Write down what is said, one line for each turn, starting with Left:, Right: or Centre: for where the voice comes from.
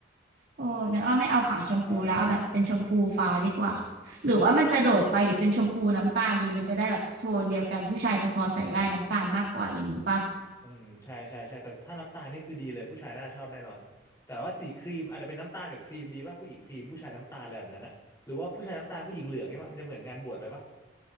Right: โอ้งั้นอ้อไม่เอาขาวชมพูแล้วเอาแบบเป็นชมพูฟ้าดีกว่า
Left: ครับ
Right: หรือว่ามันจะโดดไปหรือเป็นชมพูน้ำตาลดีมันจะได้แบบโทนเดียวกันผู้ชายจะพอใส่ได้น้ำตาลมากกว่าอย่างนี้ป่ะ
Left: อืมใช่ใช่ใช่แต่ถ้าน้ำตาลนี่คือดีเลยผู้ชายน่าชอบแน่นอนแต่ว่าสีครีมอาจจะเป็นน้ำตาลกับครีมดีป่ะผู้หญิงครีมผู้ชายน้ำตาลอะไรแบบนั้นอะหรือว่าผู้ชายน้ำตาลผู้หญิงเหลืองเนี่ยป่ะมันจะเหมือนงานบวชไปป่ะ